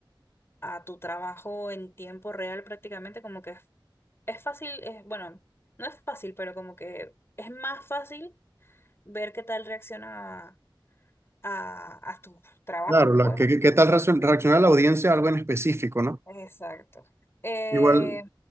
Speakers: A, on the left; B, on the right.
A: a tu trabajo en tiempo real prácticamente, como que es, es fácil, es, bueno, no es fácil, pero como que es más fácil ver qué tal reacciona a, a tus trabajos,
B: Claro, la,
A: pues.
B: ¿qué, qué qué tal reaccion- reacciona la audiencia a algo en específico, ¿no?
A: Exacto. Eh,
B: Igual,